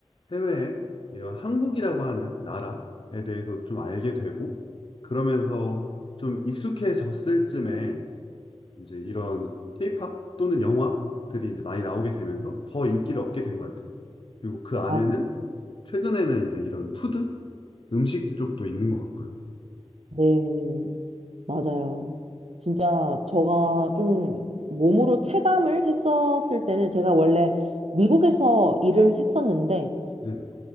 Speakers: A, on the left; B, on the right.
A: 해외에 이런 한국이라고 하는 나라에 대해서 좀 알게 되고, 그러면서 좀 익숙해졌을 쯤에 이제 이런 케이팝 또는 영화들이 이제 많이 나오게 되면서 더 인기를 얻게 된 것 같아요. 그리고 그 안에는
B: 아,
A: 최근에는 이제 이런 푸드? 음식 쪽도 있는 것 같고요.
B: 네, 맞아요. 진짜 저가 좀 몸으로 체감을 했었을 때는 제가 원래 미국에서 일을 했었는데
A: 네네.